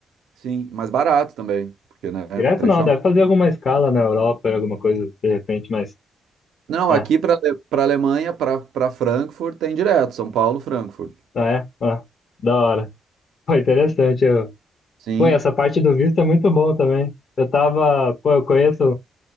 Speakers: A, on the right; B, on the left.
A: Sim, mais barato também, porque né,
B: Direto
A: um trecho
B: não,
A: a
B: deve fazer alguma escala na Europa, alguma coisa de repente, mas
A: Não,
B: é,
A: aqui para para Alemanha, para para Frankfurt tem direto, São Paulo, Frankfurt.
B: ah, é, ah, da hora. Foi interessante. Eu...
A: Sim.
B: Pô, e essa parte do visto é muito bom também. Eu tava, pô, eu conheço